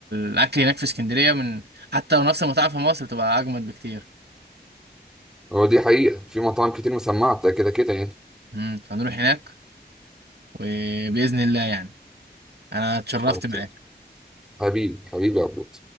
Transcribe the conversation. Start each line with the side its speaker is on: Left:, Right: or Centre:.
Right: الاكل هناك في اسكندريه من حتى لو نفس المطاعم في مصر بتبقى اجمد بكتير
Centre: هو دي حقيقة في مطاعم كتير مسمعة ده كده كده يعني
Right: امم فنروح هناك وباذن الله يعني انا اتشرفت
Centre: خلاص
Right: معاك
Centre: حبيبي حبيبي يا عبود